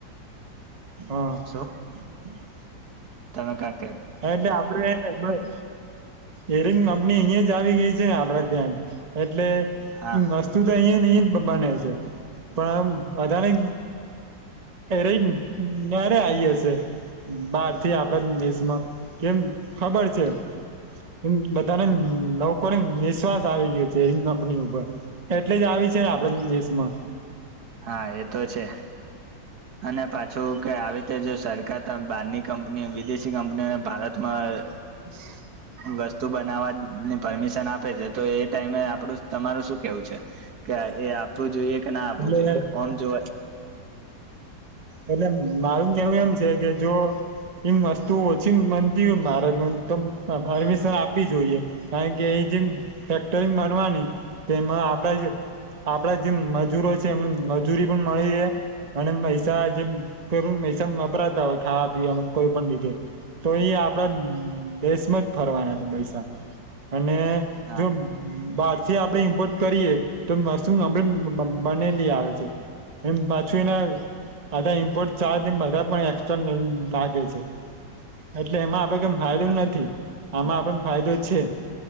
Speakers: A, on the right; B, on the right.
A: હા <unintelligible>
B: શું તમે કા <unintelligible>
A: હને આભ્ર એ <unintelligible> યેરિંગ કંપની અહીંયા જ આવી ગઈ છે. ને આપડાે ત્યાં એટલે
B: હતા
A: વસ્તુ તો અહીંયા નહી. ને છે. પણ બધાંને એરે રે આઈ હશે <unintelligible> બાર થી આપડા દેશમાં કેમ ખબર છે. એમ બધાને લોકો ને વિશ્વાસ આવી ગયો છેરિંગ કંપની ઉપર. એટલે જ આવી છે. ને
B: હા
A: આપડા દેશમાં
B: હા એ તો છે. અને પાછું કે આવી રીતે જો સરકાર બહારની કંપનીઓ વિદેશી કંપનીઓને ભારતમાં
A: <inaudible>
B: વસ્તુ બનાવવાની પરમિશન આપે છે. તો એ ટાઈમે આપડું તમારું શું કેવું છે. કે એ આપવું જોઈએ કે ના આપવું
A: એટલે
B: જોઈએ આમ જો
A: એટલે મારું કેવું એમ છે કે જો ઈમ વસ્તુ ઓછી મનતી ભારતમાં તો પરમિશન આપવી જોઈએ કારણ કે એ જીમ ફેકરી બનવાની તેમાં આપડા જ આપડા જેમ મજૂરો છે એમને મજૂરી પણ મળી રહે અને પૈ <unintelligible> કોઈ પણ પૈસા વપરાતા હોય ખાવા પીવાનું કોઈ પણ રીતેે તો એ આપડા દેશમાં જ ફરવાના છે પૈસા ને
B: હા
A: જો બાદ જે આપણે ઇમ્પોર્ટ કરીએ તો વસ્તુ કમ્પ્લેટ બ્બનેલી આવે છે. એમ પાછું એના બધા ઇમ્પોર્ટ ચાર્જ બધા પણ એસ્ટ્રા લાગે છે એટલે એમાં તો કેમ ફાયદો
B: હા
A: નથી આમાં આપણન ફાયદો છે